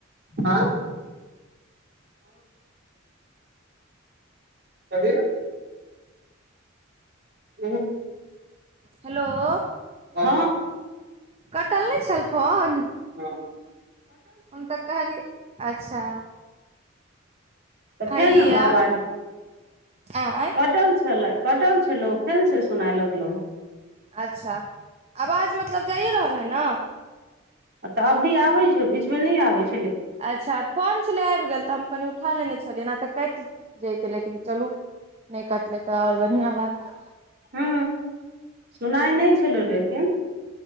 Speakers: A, on the right (about 50°); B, on the right (about 30°).
A: ए
B: <inaudible>
A: कथी, ह,
B: हेलो,
A: हँ,
B: कटल नहि छल, फोन,
A: हँ,
B: हम तऽ कहलिय, अच्छा,
A: तऽ
B: हैया
A: फे ने आवाज,
B: आँय
A: कटल छलै, कटल छलो, फेन से सुनाय लगलो,
B: अच्छा, आवाज मतलब, जाइए रहल हइ न।
A: तऽ अभी आबे छै, बीच मे नहि आबे छै,
B: अच्छा, फोन छलै आबि गेल, तऽ हम, कनि उठा लेने छलियै, एना तऽ कटि जतै, लेकिन चलू, नहि कटलै तऽ, आओर बढ़िआं बात,
A: हू, सुनाइ नहि छलहु, लेकिन